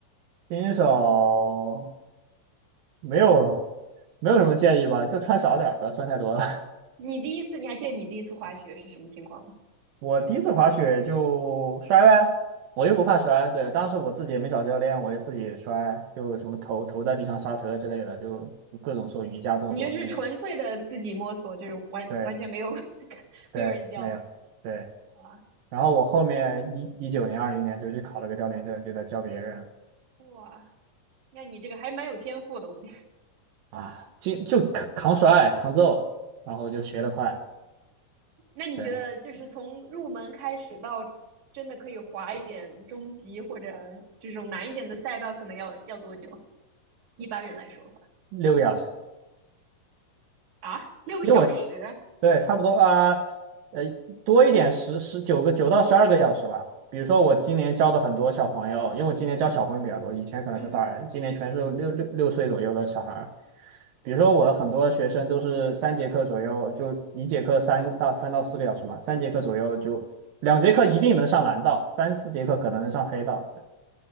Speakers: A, on the right; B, on the right.
A: 新手没有没有什么建议吧，就穿少点儿不要穿太多了。
B: 你第一次，你还记得你第一次滑雪是什么情况吗？
A: 我第一次滑雪就摔呗，我又不怕摔。对，当时我自己也没找教练，我就自己摔，就什么头头在地上刹车之类的，就各种做瑜伽动作那种。
B: 你就是纯粹的自己摸索，就是完完全没有
A: 对
B: <laughs> 没有人教，
A: 对，没有对。
B: 哇
A: 然后我后面一一九年、二零年就去考了个教练证，就在教别人
B: 哇，那你这个还蛮有天赋的，我觉得。
A: 啊，就就扛扛摔、扛揍，然后就学得快，
B: 那你觉得就是从入门开始到真的可以滑一点中级或者这种难一点的赛道，
A: 对，
B: 可能要要多久？一般人来说的话
A: 六个小时。
B: 啊，六个小时，
A: 因为我对，差不多啊，呃，多一点十十九个九到十二个小时吧。比如说我今年教的很多小朋友，因为我今年教小朋友比较多，以前可能是大人，
B: 嗯，
A: 今年全是六六六岁左右的小孩儿。比如说我很多学生都是三节课左右，就一节课三到三到四个小时嘛，三节课左右就两节课一定能上蓝道，三四节课可能能上黑道。对